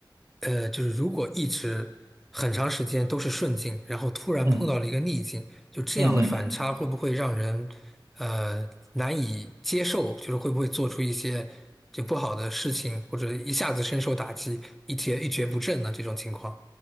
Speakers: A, in the centre; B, on the right (about 35°).
A: 呃，就是如果一直很长时间都是顺境，然后突然碰到了一个逆境，
B: 嗯。
A: 就这样的反差会不会让人，
B: 嗯嗯，
A: 呃，难以接受？就是会不会做出一些就不好的事情，或者一下子深受打击，一蹶一蹶不振呢？这种情况？